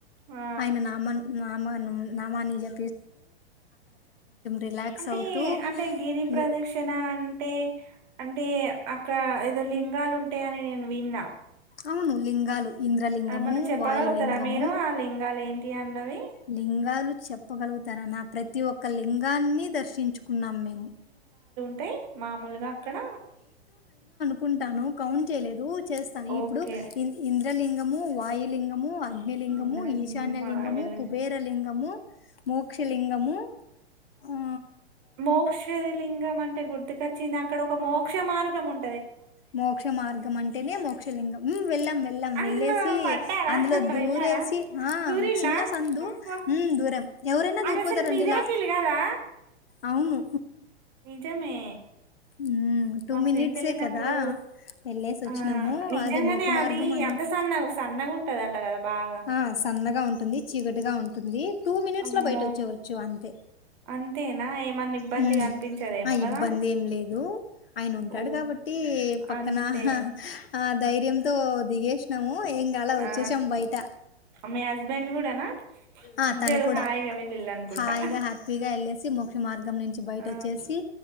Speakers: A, on the right; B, on the left.
A: ఆ
B: ఆయన నామన్ నామను నామాని లే రిలాక్స్
A: అంటే
B: అవుతూ
A: అంటే గిరి ప్రదక్షిణ
B: లి
A: అంటే అంటే అక్కడ ఏదో లింగాలు ఉంటాయ అని నేను విన్నా
B: అవును లింగాలు ఇంద్రలింగము,
A: ఆ మన చెప్పగలుగుతారా
B: వాయులింగము
A: మీరు ఆ లింగాలు ఏంటి అన్నవి
B: లింగాలు చెప్పగలుగుత తర నా ప్రతి ఒక్క లింగాన్ని దర్శించుకున్నాం మేము
A: అంతే మామూలుగా అక్కడ
B: కుంటాను కౌంట్ చేయలేదు చేస్తాను
A: ఓకే
B: ఇప్పుడు లింగము వయు లింగం ము అగ్నిలింగము
A: ఇంద్రలింగం
B: ఈశాన్యలింగము
A: వాయులింగం.
B: కుబేర లింగము మోక్ష లింగము ఆ
A: మోక్షదిలింగం అంటే గుర్తు వచ్చింది అక్కడ ఒక మోక్ష మార్గం ఉం
B: మోక్ష మార్గం అంటేనే మోక్షలింగం వెళ్ళాం వెళ్ళాం
A: అందులో
B: వెళ్ళేసి
A: పడ్డారా
B: అందులో దూరేసి
A: వెళ్ళారా
B: ఆ
A: దూరిల్లా
B: చిన్న సందు
A: అబ్బా.
B: దూరం ఎవరైనా
A: అది
B: దూరిపోతారంండి
A: అసలు మిరాకిల్
B: ఇలా
A: కదా
B: అవును
A: నిజమే
B: హ్మ్.
A: మా
B: మినిట్సే
A: ఫ్రెండ్ వెళ్ళినప్పుడు
B: కదా! వెళ్ళేసొచ్చినాము.
A: ఆ నిజంగానే
B: అది మోక్ష మార్గం
A: అది
B: అనేది
A: అంత సన్న సన్నగా ఉంటది అంట కదా బాగా
B: ఆ సన్నగా ఉంటుంది చీకటిగా ఉంటుంది టూ మినిట్స్
A: అమ్మో
B: లో బయట వచ్చేయవచ్చు అంతే
A: అంతేనా ఏమన్నా ఇబ్బందిగా
B: హ్మ్
A: అనిపించదేమో
B: ఆ
A: కదా
B: ఇబ్బంది ఏం లేదు ఆయన ఉంటాడు
A: ఓ
B: కాబట్టి పక్కన
A: అంతే
B: ఆ ధైర్యంతో దిగేసినాము ఏం గాల వచ్చేసాము
A: ఆ
B: బయట
A: మీ హస్బెండ్ కూడానా
B: ఆ
A: ఇద్దరు
B: తను కూడా
A: హాయిగా వెళ్ళిళ్ళు అనుకుంటా
B: హాయిగా హ్యాపీగా వెళ్ళేసి మోక్ష మార్గం నుంచి బయట
A: ఆ
B: వచ్చేసి